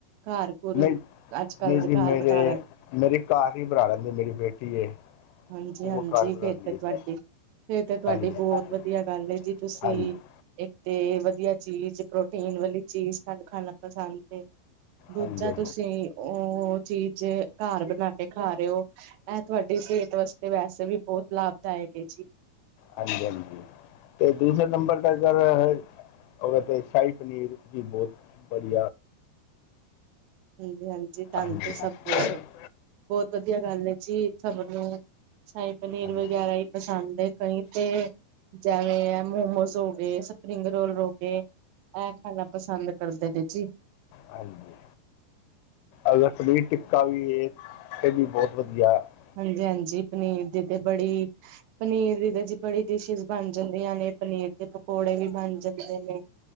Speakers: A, on the right; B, on the left.
A: ਘਰ ਘੁਰ
B: ਨਹੀਂ -ਨਹੀਂ
A: ਅੱਜ ਕੱਲ
B: ਜੀ
A: ਘਰ
B: ਮੇਰੇ
A: ਬਣਾ ਲੈ
B: ਮੇਰੀ ਘਰ ਹੀ ਬਣਾ ਲੈਂਦੀ ਦੀ, ਮੇਰੀ ਬੇਟੀ ਏ।
A: ਹਾਂਜੀ
B: ਉਹ
A: -ਹਾਂਜੀ
B: ਘਰ ਬਣਾਉਂਦੀ
A: ਫਿਰ ਤੇ ਤੁਹਾਡੀ
B: ਹੈ
A: ਫੇਰ ਤੇ ਤੁਹਾਡੀ
B: ਹਾਂਜੀ
A: ਬਹੁਤ
B: ਹਾਂਜੀ
A: ਵਧੀਆ ਗੱਲ ਏ, ਜੀ ਤੁਸੀ
B: ਹਾਂਜੀ
A: ਇੱਕ ਤੇ ਵਧੀਆ ਚੀਜ਼, ਪ੍ਰੋਟੀਨ ਵਾਲੀ ਚੀਜ਼ਾ ਤਾਨੂੰ ਖਾਣਾ ਪਸੰਦ ਏ। ਦੂਜਾ
B: ਹਾਂਜੀ
A: ਤੁਸੀ ਉਹ ਚੀਜ਼, ਘਰ ਬਣਾ ਕੇ ਖਾ ਰਹੇ ਹੋ। ਇਹ ਤੁਹਾਡੀ ਸਿਹਤ ਵਾਸਤੇ, ਵੈਸੇ ਵੀ ਬਹੁਤ ਲਾਭਦਾਇਕ ਹੈ ਜੀ।
B: ਹਾਂਜੀ -ਹਾਂਜੀ ਤੇ ਦੂਸਰੇ ਨੰਬਰ ਦਾ ਗ ਔਰ ਔਥੇ ਸ਼ਾਹੀ ਪਨੀਰ ਵੀ ਬਹੁਤ ਵਧੀਆ
A: ਹਾਂਜੀ -ਹਾਂਜੀ ਤਾਨੂ
B: ਹਾਂਜੀ
A: ਤੇ ਸਭ ਬਹੁਤ ਵਧੀਆ ਗੱਲ ਹੈ ਜੀ ਸਭ ਨੂੰ। ਸ਼ਾਹੀ ਪਨੀਰ
B: ਹਾਂਜੀ
A: ਵਗੈਰਾ ਹੀ ਪਸੰਦ ਹੈ, ਕਈ ਤੇ ਜਿਵੇਂ ਇਹ ਮੋਮੋਸ ਹੋ ਗਏ, ਸਪਰਿੰਗ ਰੋਲ ਹੋ ਗਏ, ਇਹ ਖਾਣਾ ਪਸੰਦ ਕਰਦੇ ਨੇ ਜੀ।
B: ਹਾਂਜੀ। ਅਗਰ ਪਨੀਰ ਟਿੱਕਾ ਵੀ ਇਹ ਵੀ ਬਹੁਤ ਵਧੀਆ ਏ।
A: ਹਾਂਜੀ- ਹਾਂਜੀ ਪਨੀਰ ਦੀ ਤੇ ਬੜੀ ਪਨੀਰ ਦੀ ਤਾਂ ਜੀ ਬੜੀ ਡਿਸ਼ਿਜ਼ ਬਣ ਜਾਂਦੀਆਂ ਨੇ ਪਨੀਰ ਦੇ ਪਕੌੜੇ ਵੀ ਬਣ ਜਾਂਦੇ ਨੇ।